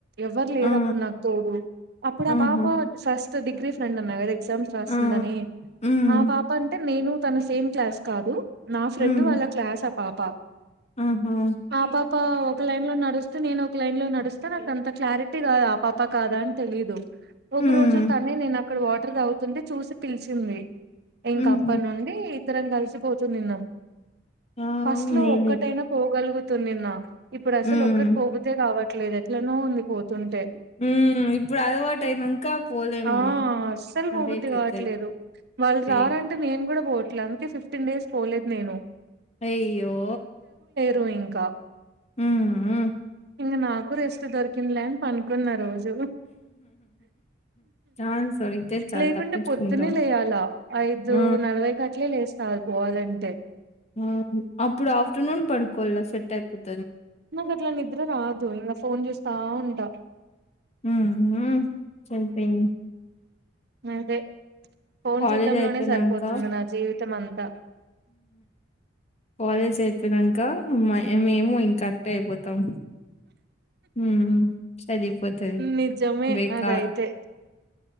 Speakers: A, on the right; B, on the left.
A: ఎవ్వరు లేరు
B: ఆ
A: అప్పుడు నాకు తోడు అప్పుడు ఆ
B: ఆహా
A: పాప ఫస్ట్ తో డిగ్రీ ఫ్రెండ్ అన్నావ్ గదా ఎగ్జామ్స్ రాస్తుందని
B: ఆ! హ్మ్.
A: ఆ పాప అంటే నేను తను సేమ్ క్లాస్ కాదు నా ఫ్రెండ్
B: హ్మ్.
A: వాళ్ళ క్లాస్ ఆ పాప త
B: ఆహా
A: ఆ పాప ఒక లైన్ లో నడుస్తూ నేను ఒక లైన్ లో నడుస్త నాకు అంత క్లారిటీ కాదు ఆ పాప కాదా అని తెలీదు ఒక
B: హ్మ్.
A: రోజు తనే నేనా ఇక్కడ వాటర్ తాగుతుంటే చూసి పిలిచింది ఇంక
B: హుహు.
A: అప్పనుండి ఇద్దరం కలిసి పోచూని తిన్నాం
B: వావ్!
A: ఫస్ట్ లో
B: మేలే.
A: ఒక్కటైనా పోగలుగు తు నిన్నా ఇప్పుడు అసలు
B: హ్మ్.
A: ఒక్కతి పోబుద్దె కావట్లే ట్లేదే ఎట్లనో ఉంది తుంటే
B: హ్మ్. ఇప్పుడు అలవాటయినంక పోలేం
A: ఆ
B: మనం.
A: అస్సలు
B: అదే
A: పోవుద్ది
B: పెద్దది.
A: కావట్లేదు వాళ్ళు
B: సేమ్.
A: రారంటే నేను కూడా పోవ ఇట్లా అందుకే ఫిఫ్టీన్ డేస్ పోలేదు నేను
B: అయ్యో
A: డోయింగ్ కా
B: హ్మ్. హ్మ్.
A: ఇన నాకు ఎక్కువ రెస్ట్ దొరికిందిలే అని పండుకున్న రోజు
B: ఛాన్స్ దొరికితే చాలు
A: లేకుంటే
B: తప్పించుకుంటాం.
A: పొద్దునే లేవాలా ఐదు
B: ఆ!
A: నలభై కట్లే లేస్తా చాలు పోవాలంటే
B: ఆ అప్పుడు ఆఫ్టర్నూన్ పడుకోల సెట్ అయిపోతుంది
A: నా కట్ల నిద్ర రాదు ఇంగ ఫోన్ చూస్తా ఉంటా
B: హ్మ్. హ్మ్. సరిపోయింది.
A: అదే ఫోన్
B: కాలేజ్
A: చూడ్డంలోనే
B: అయిపోయినంక
A: సరిపోతుంది నా జీవితం ఉత్తమంత
B: కాలేజ్ అయిపోయినాక మేము ఇంకా అట్టే అయిపోతాం ఊ సరిపోతది
A: నిజమే
B: బెకార్
A: అదైతే